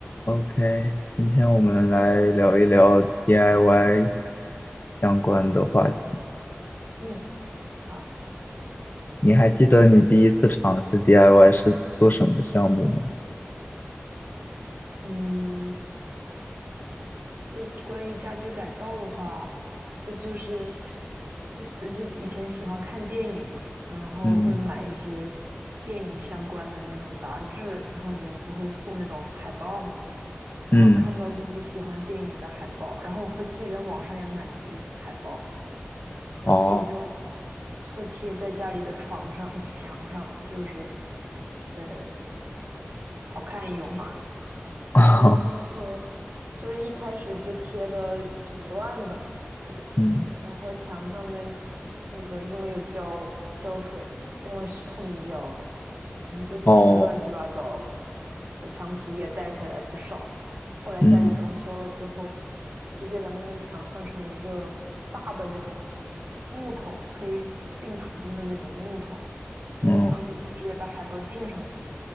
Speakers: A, on the left; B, on the right.
A: OK，今天我们来聊一聊 DIY 相关的话题。
B: 嗯，好，
A: 你还记得你第一次尝试 DIY 是做什么项目吗？
B: 嗯，就关于家居改造的话，呃，就是我就以前喜欢看电影嘛，然后会买一些电影相关的那种杂志，
A: 嗯
B: 然后里面不会送那种海报嘛，然后看到自己喜欢电影的海报，
A: 嗯，
B: 然后我会自己在网上也买一些海报，然后我就
A: 好，
B: 会贴在家里的床上、呃墙上，就是呃，好看一用。<laughs>
A: <laughs>
B: 然后就是一开始就贴的挺乱的嘛，呃
A: 嗯
B: 然后墙上面那个因为有胶胶水，因为是透明胶，然后就贴的乱七八糟的，
A: 哦，
B: 呃墙皮也带下来不少。后来家里装修了之后，
A: 嗯
B: 直接把那面墙换成一个大的那种木头，可以钉图钉的那种木头，
A: 嗯，
B: 然后就可以直接把海报钉上去。